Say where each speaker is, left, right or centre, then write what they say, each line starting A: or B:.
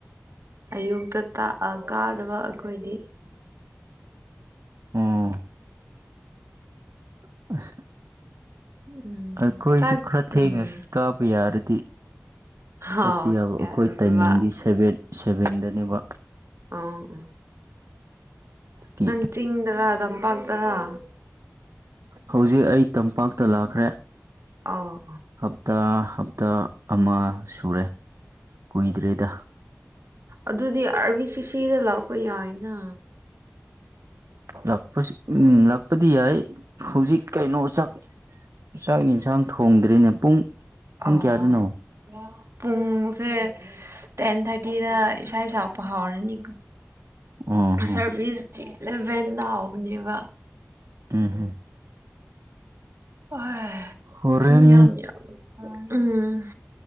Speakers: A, on the right; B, on the right.
A: ꯑꯌꯨꯛꯇ ꯇꯥꯛꯑ ꯀꯥꯗꯕ ꯑꯩꯈꯣꯏꯗꯤ
B: ꯎꯝ <unintelligible>
A: ꯎꯝ
B: ꯑꯩꯈꯣꯏꯁꯨ
A: ꯆꯥꯛ
B: ꯈꯔ ꯊꯦꯡꯉꯦ
A: ꯎꯝ
B: ꯀꯥꯕ ꯌꯥꯔꯗꯤ
A: ꯍꯥꯎ
B: ꯆꯠꯄꯤ ꯌꯥꯕ ꯑꯩꯈꯣꯏ
A: ꯌꯥꯗꯕ
B: ꯇꯥꯏꯃꯤꯡꯗꯤ ꯁꯚꯦꯟ ꯁꯚꯦꯟꯗꯅꯦꯕ
A: <unintelligible>
B: ꯀꯤ
A: ꯅꯪ ꯆꯤꯡꯗꯔ ꯇꯝꯄꯥꯛꯇꯔꯥ
B: ꯍꯧꯖꯤꯛ ꯑꯩ ꯇꯝꯄꯥꯛꯇ ꯂꯥꯛꯈ꯭ꯔꯦ
A: ꯑꯧ
B: ꯍꯞꯇꯥ ꯍꯞꯇꯥ ꯑꯃ ꯁꯨꯔꯦ ꯀꯨꯏꯗ꯭ꯔꯦꯗ
A: ꯑꯗꯨꯗꯤ ꯑꯥꯔꯤ ꯁꯤ ꯁꯤꯗ ꯂꯥꯛꯄ ꯌꯥꯏꯅ
B: ꯂꯥꯛꯄ ꯎꯝ ꯂꯥꯛꯄꯗꯤ ꯌꯥꯏ ꯍꯧꯖꯤꯛ ꯀꯩꯅꯣ ꯆꯥꯛ ꯆꯥꯛ ꯌꯦꯟꯁꯥꯡ ꯊꯣꯡꯗ꯭ꯔꯤꯅꯦ ꯄꯨꯡ ꯄꯨꯡ
A: ꯑꯧ
B: ꯀꯌꯥꯗꯅꯣ
A: ꯄꯨꯡꯁꯦ ꯇꯦꯟ ꯊꯥꯔꯇꯤꯗ ꯏꯁꯩ ꯁꯛꯄ ꯍꯧꯥꯎꯔꯅꯤ
B: ꯑꯣ ꯍꯣ
A: ꯁꯔꯚꯤꯁꯇꯤ ꯑꯤꯂꯚꯦꯟꯗ ꯍꯥꯎꯕꯅꯦꯕ
B: ꯎꯝ ꯍꯨꯝ
A: ꯍꯣꯏ
B: ꯍꯣꯔꯦꯟ
A: ꯃꯤ ꯌꯥꯝ ꯌꯥꯝ ꯎꯝ